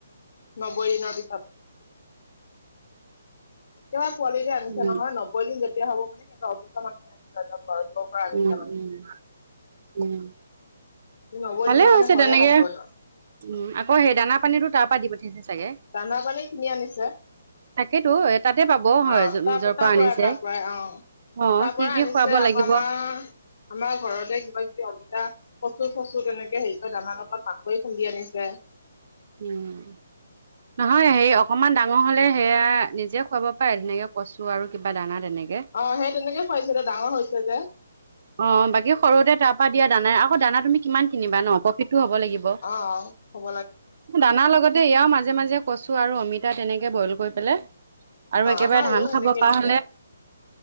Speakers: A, on the left; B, on the right.
A: নব্বৈ দিনৰ পিছত, টো পোৱালি যে আনিছে
B: উম
A: নহয় নব্বৈ দিন যেতিয়া হ'ব মানে <unintelligible>
B: উম
A: মানে
B: উম- উম।
A: নব্বৈ
B: ভালে
A: দিনৰ
B: হৈছে
A: মানে হয়ে
B: তেনেকে
A: সম্পূৰ্ণ
B: উম, আকৌ সেই দানা পানীতো তাৰ পৰা দি পঠিয়াইছে। চাগে।
A: দানা পানী কিনি আনিছে। অ',
B: তাকেতো এ তাতে পাব হয় য-
A: তাৰ-তাৰ
B: য'ৰ পৰা আনিছে।
A: পৰাই তাৰ পৰাই অ'।
B: অ',
A: তাৰ
B: কি
A: পৰা
B: কি
A: আনিছে
B: খুৱাব
A: আকৌ
B: লাগিব
A: আমাৰ আমাৰ ঘৰতে কিবা কিবি অমিতা কচু চচু তেনেকে হেৰি কৰে দানাৰ লগত মাকৈ খুন্দি আনিছে।
B: উম নহয় হেৰি অকমান ডাঙৰ হলে সেয়া নিজে খুৱাব পায় ধুনাকে কচু আৰু কিবা দানা। তেনেকে।
A: অ সেই তেনেকে খুৱাইছে ডাঙৰ হৈছে যে।
B: অ বাকী সৰুতে তাৰ পৰা দিয়া দানা আকৌ দানা তুমি কিমান কিনিবা ন প্ৰফিটটো হব লাগিব।
A: হয়।
B: দানা লগতে এয়াও মাজে মাজে কচো আৰু অমিতা তেনেকে বইল কৰি পেলাই। আৰু একেবাৰে
A: আমাৰো
B: ধান
A: সেনেকে
B: খাব পৰা
A: দিছে
B: হ'লে